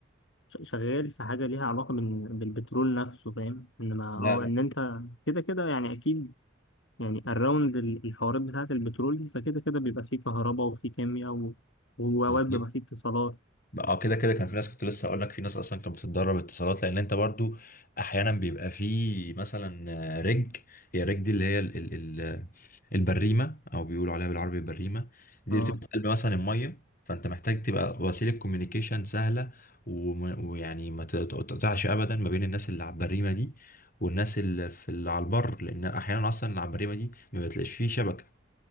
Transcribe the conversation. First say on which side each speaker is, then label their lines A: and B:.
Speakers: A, on the left (about 65°); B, on the left (about 45°).
A: ش- شغال في حاجه ليها علاقه بال... بالبترول نفسه فاهم انما اه
B: لا لا
A: ان انت كده كده يعني اكيد يعني الراوند ال- الحوارات بتاعة البترول دي فكده كده بيبقى فيه كهرباء وفيه كيمياء و- وأوقات
B: بالظبط
A: بيبقى فيه اتصالات
B: اه كده كده كان في ناس كنت لسه هقول لك في ناس اصلا كانت بتتدرب اتصالات لان انت برضو احيانا بيبقى في مثلا آه، رج هي الرج دي اللي هي ال ال ال البريمه او بيقولوا عليها بالعربي البريمه دي
A: اه
B: بتبقى في قلب مثلا الميه فانت محتاج تبقى وسيله كوميونيكيشن سهله وم- ويعني ما تقطعش ابدا ما بين الناس اللي على البريمه دي والناس اللي في اللي على البر لان احيانا اصلا اللي على البريمه دي ما بتلاقيش فيه شبكه